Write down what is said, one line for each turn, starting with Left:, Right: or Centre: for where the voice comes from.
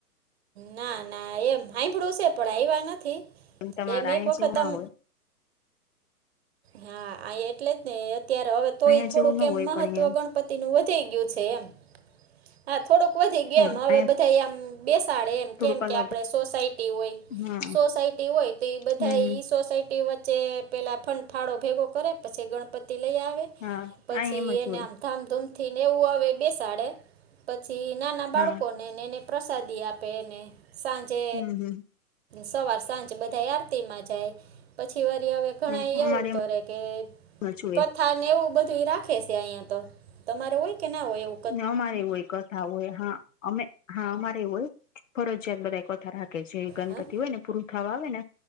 Right: ના ના એમ સાાંભળું છે પણ આવવા નથી
Left: તમારા
Right: એમ એક
Left: અહીંયા
Right: વખત
Left: જેવું ના
Right: આમ
Left: હોય
Right: હા આ એટલે જ ને અત્યારે હવે તોય
Left: અહીંયા
Right: થોડુંક
Left: જેવું ના
Right: એમ
Left: હોય
Right: મહત્વ
Left: પણ અહિયાં
Right: ગણ તિ નું વધી ગયું છે એમ હા થોડુંક વધી ગયું
Left: હા
Right: એમ હવે
Left: અહીંયા
Right: બધ થ આમ બેસાડે એમ
Left: થોડુંક
Right: કેમ
Left: અલગ
Right: કે આપડ સોસાયટી હોય
Left: હા
Right: સોસાયટી હોય તો એ બધા
Left: હમ હમ
Right: એ સોસાયટી વચ્ચે પેલા ફદ ફાળો ભેગો કરે પછી ગણપતિ લઈ આવે
Left: હા
Right: પછી
Left: આ એમ જ
Right: એને
Left: હોય
Right: આમ ધામધૂમથી ને એવું હવે બેસાડે પછી નાના બાળકોને
Left: હા
Right: અનેને એને પ્રસાદી આપે ને સાંજે
Left: હમ હમ
Right: સવાર સાંજ બધા આરતી માં જાય પછી વરી હવે ઘણા
Left: હા અમારે
Right: એવું કે
Left: જ હોય
Right: કથા ને એવું બધું રાખે છે અહિયાં તો તમારે હોય કે ના હોય એવુ?
Left: ના અમારી હોય કથા હોય હા અમે હા અમારે એવું હોય ફરજયાત બધા એક વથા રાખે છે ગણપતિ
Right: હં
Left: હોય ને પૂરું થવા આવે ને